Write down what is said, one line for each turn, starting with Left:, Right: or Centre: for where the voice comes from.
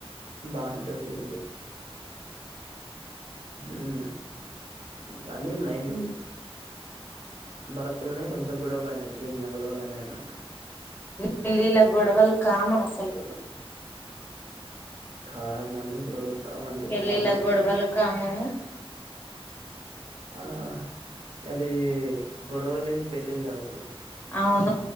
Right: బానే జరిగేంది మ్ మ కని నైటు భారత్ లోనే కొంచెం గొడవలు అన్నాయి చిన్న చిన్న గొడవలు అయినాయి అన్నట్టు
Left: పెళ్లి ఇలా గొడవలే కామన్ అసలు
Right: చాలామంది గొడవలు కామన్ అంటే
Left: పెళ్లి
Right: కామన్
Left: గోడవలు
Right: అంటే
Left: కామను
Right: ఆహ్ అది గొడవలేంది పెళ్లే కాదు అసలు
Left: అవును